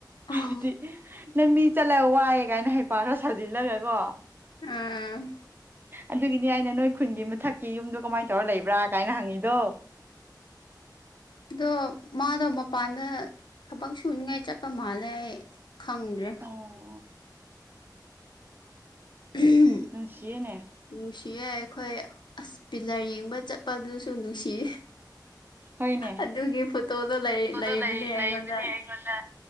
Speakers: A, on the right; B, on the left.
A: ꯍꯥꯏꯕꯗꯤ
B: ꯑꯣ
A: ꯅꯪ ꯃꯤ ꯆꯠꯂꯒ ꯋꯥꯏ ꯀꯥꯏꯅ ꯍꯩꯄꯥ ꯈꯔ ꯁꯥꯖꯤꯜꯂꯒ ꯀꯣ
B: ꯎꯝ
A: ꯑꯗꯨꯒꯤꯅꯤ ꯑꯩꯅ ꯅꯣꯏ ꯈꯨꯟꯒꯤ ꯃꯊꯛꯀꯤ ꯌꯨꯝꯗꯣ ꯀꯃꯥꯏꯅ ꯇꯧꯔ ꯂꯩꯕ꯭ꯔꯥ ꯀꯥꯏꯅ ꯍꯪꯉꯤꯗꯣ
B: ꯑꯗꯣ ꯃꯥꯗꯣ ꯃꯄꯥꯟꯗ ꯊꯕꯛ ꯁꯨꯅꯤꯡꯉꯥꯏ ꯆꯠꯄ ꯃꯥꯜꯂꯦ ꯑꯩ ꯈꯪꯗꯦ
A: ꯑꯣ
B: ꯎ <unintelligible>
A: ꯅꯨꯡꯁꯤꯌꯦꯅꯦ
B: ꯅꯨꯡꯁꯤꯌꯦ ꯑꯩꯈꯣꯏ ꯑꯁ ꯄꯤꯂꯔ ꯌꯦꯡꯕ ꯆꯠꯄꯗꯨꯁꯨ ꯅꯨꯡꯁꯤꯌꯦ
A: ꯍꯣꯏꯅꯦ
B: ꯑꯗꯨꯒꯤ ꯐꯣꯇꯣꯗꯣ ꯂꯩ
A: ꯐꯣꯇꯣꯗꯣ
B: ꯂꯩꯕꯅꯦ
A: ꯂꯩ
B: ꯑꯩꯉꯣꯟꯗ
A: ꯂꯩꯕꯅꯦ ꯑꯩꯉꯣꯟꯗ